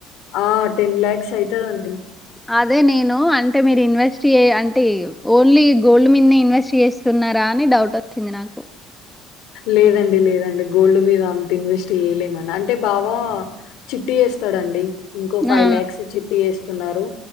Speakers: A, on the left; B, in the centre.
A: ఆ టెన్ లాక్స్ అయితదండి
B: అదే నేను అంటే మీరు ఇన్వెస్ట్ అంటే ఓన్లీ గోల్డ్ మీనే ఇన్వెస్ట్ చేస్తున్నారా అని డౌట్ వచ్చింది నాకు
A: లేదండి లేదండి గోల్డ్ మీద అంత ఇన్వెస్ట్ చేయలేమని అంటే బావ చిట్టీ ఎస్తడండి ఇంకో ఫైవ్
B: ఆ
A: ల్యాక్స్ చిట్టీ ఎస్తున్నారు